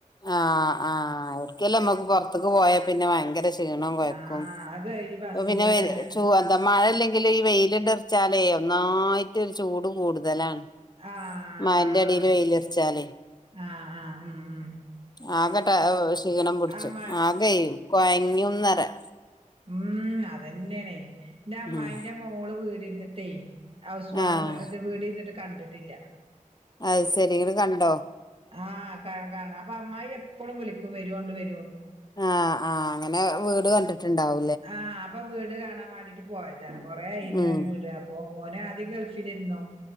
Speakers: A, on the left; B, on the right.
A: ആഹ് ആഹ് അവർക്കല്ലേ നമ്മക്ക് പൊറത്ത്ക്ക് പോയം പിന്നെ ഭയങ്കരഷ് ക്ഷീണോം കൊയക്കും
B: ആഹ് അത് ഈ ബസ്സില്
A: ഇപ്‌പിന്നെ വെയ്
B: കേ
A: ചൂ എന്താ മയല്ലെങ്ക് ഇൻക്ക്ല്ലെ ഈ വെയില്ണ്ടർച്ചാലെ ഒന്നായിട്ടൊര് ചൂടു കൂട്തലാണ്.
B: ആഹ്
A: മയൻ്റെടീല് വെയിലർച്ചാലെ
B: ആഹ് ആഹ് മ് മ്
A: ആകട്ട ഏഹ് ക്ഷീണം പുട്ച്ച്.
B: അമ്മ
A: ആകെ കൊയങ്ങ്യുംന്നറിയ.
B: മ് അതെന്നെണേ. ഇന്റമ്മായിൻ്റെ
A: ഉം
B: മോള് വീട് ഇന്ന്ട്ടേ അവുസ് വാമ്
A: ആഹ്
B: ഇത് വീടിര്ന്ന്ട്ട് കണ്ടിട്ടില്ല.
A: അത് സെരി ഇങ്ങട്ട് കണ്ടോ?
B: ആ കാ കാണാപ്പ അമ്മായി എപ്പളും വിളിക്കും വെരോണ്ട് വെര്
A: ആഹ് ആഹ് അങ്ങനെ വീട് കണ്ടിട്ട്ണ്ടാവും.
B: ആ അപ്പ വീട് വീട് കാണാൻ വാണ്ടീട്ട് പോയ ത. കൊറേ ആയി ഇങ്ങനെ
A: ഉം
B: കൂട് അപ്പൊ ഓനാ ആ ദി ഗെൾഫിലേര്ന്നു.